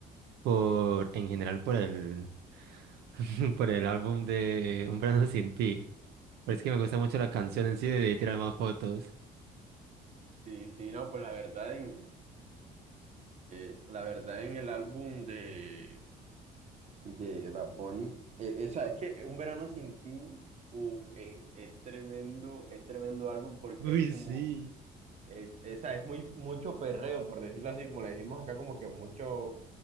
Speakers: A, on the right; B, on the right.
A: por, en general por el, <laughs> por el álbum de Un verano sin ti. Pero es que me gusta mucho la canción en sí, de tirar más fotos.
B: Sí, sí, no, pues la verdad en, eh, la verdad en el álbum de, de Bad Bunny, eh, eh, o sea, es que Un verano sin ti, uf, es, es tremendo, es tremendo álbum porque
A: Uy,
B: es como,
A: sí.
B: es, es, o sea, es muy, mucho perreo, por decirlo así, como le decimos acá, como que mucho